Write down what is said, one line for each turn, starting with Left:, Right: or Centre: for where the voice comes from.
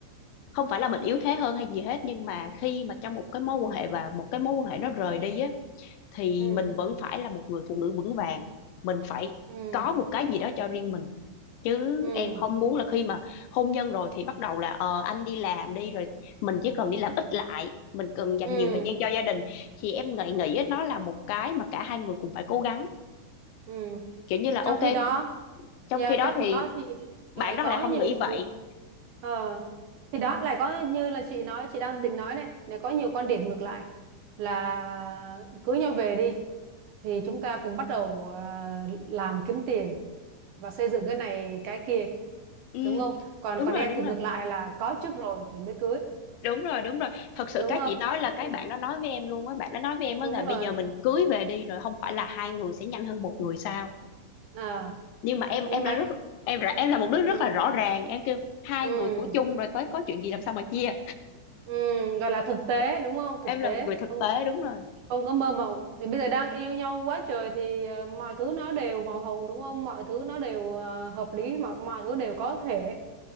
Left: không phải là mình yếu thế hơn hay gì hết nhưng mà khi mà trong một cái mối quan hệ và một cái mối quan hệ nó rời đi á thì
Right: ừ
Left: mình vẫn phải là một người phụ nữ vững vàng mình phải
Right: ừ
Left: có một cái gì đó cho riêng mình chứ
Right: ừ
Left: em không muốn là khi mà hôn nhân rồi thì bắt đầu là ờ anh đi làm đi rồi mình chỉ cần đi làm ít lại mình cần dành
Right: ừ
Left: nhiều thời gian cho gia đình thì em nghĩ nghĩ nó là một cái mà cả hai người cùng phải cố gắng
Right: ừ
Left: kiểu như là
Right: trong
Left: ok
Right: khi đó
Left: trong
Right: yeah,
Left: khi đó
Right: trong khi
Left: thì
Right: đó thì lại
Left: bạn
Right: có
Left: đó lại không
Right: nhiều
Left: nghĩ vậy
Right: người ờ thì đó lại có như là chị nói chị đang định nói này lại có nhiều quan điểm ngược lại là cưới nhau về đi thì chúng ta cùng bắt đầu ờ, làm kiếm tiền và xây dựng cái này cái kia
Left: ừ
Right: đúng không còn
Left: đúng
Right: còn
Left: rồi
Right: em
Left: đúng
Right: thì
Left: rồi
Right: ngược lại là có trước rồi thì mới cưới
Left: đúng rồi đúng rồi thật sự
Right: đúng
Left: cái
Right: không
Left: chị nói là
Right: <laughs>
Left: cái bạn đó nói với em luôn á bạn đó nói với em
Right: đúng
Left: á là bây
Right: rồi
Left: giờ mình cưới về đi rồi không phải là hai người sẽ nhanh hơn một người sao
Right: à
Left: nhưng mà em em
Right: nhưng
Left: là
Right: mà
Left: rất em ra- em là một đứa rất
Right: ừ,
Left: là rõ ràng em kêu hai
Right: ừ,
Left: người của chung rồi tới có chuyện gì làm sao mà chia
Right: ừ, gọi là thực tế đúng không thực
Left: em
Right: tế
Left: là một người thực
Right: không
Left: tế đúng rồi
Right: không có mơ mộng thì bây giờ đang yêu nhau quá trời thì ờ, mọi thứ nó đều màu hồng đúng không mọi thứ nó đều ờ, hợp lý mọi mọi thứ đều có thể